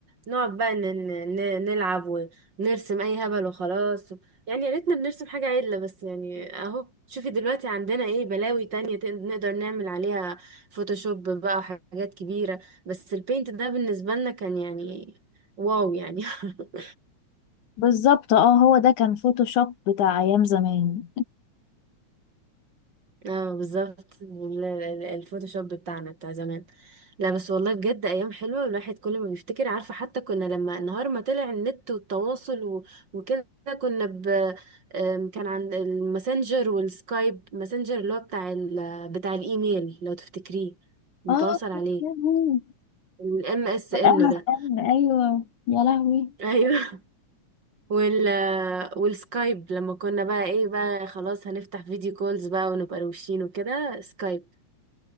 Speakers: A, on the right (about 40°); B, on the left (about 85°).
A: نقعد بقى ن... ن... ن- نلعب ونرسم اي هبل وخلاص يعني يا ريتنا بنرسم حاجه عدله بس يعني اهو شوفي دلوقتي عندنا ايه بلاوي تانية تق- نقدر نعمل عليها فوتوشوب بقى حاجات كبيره بس البينت ده بالنسبه لنا كان يعني واو يعني <laughs>
B: بالظبط اه هو ده كان فوتوشوب بتاع ايام زمان
A: اه بالظبط ال- ال- الفوتوشوب بتاعنا بتاع زمان لا بس والله بجد ايام حلوه الواحد كل ما بيفتكر عارفه حتى كنا لما نهار ما طلع النت والتواصل و- وكده كنا ب آم، كان عند الماسنجر والسكايب ماسنجر اللي هو بتاع ال... بتاع الايميل لو تفتكريه متواصل
B: اه
A: عليه
B: يا لهوي.
A: الام اس ان
B: آه،
A: ده
B: آه، ايوه يا لهوي
A: ايوه <laughs> وال والسكايب لما كنا بقى ايه بقى خلاص هنفتح فيديو كولز بقى ونبقى روشين وكده سكايب